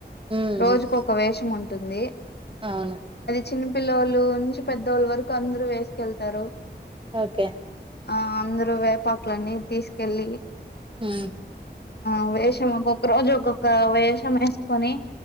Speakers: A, on the right; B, on the left.
A: ఉమ్,
B: రోజుకు
A: ఉమ్,
B: ఒక వేషముం టుంది
A: అవును
B: చిన్న పిల్లవాళ్లు నుంచి పెద్దోళ్ళ వరకు అందరూ వేసుకెళ్తారు
A: ఓకే
B: ఆ అందరూ వేపాకులన్నీ తీస్కెళ్ళి
A: మ్
B: ఆ వేషం ఒక్కొక్క రోజు, ఒక్కొక్క వేషం ఏసుకొని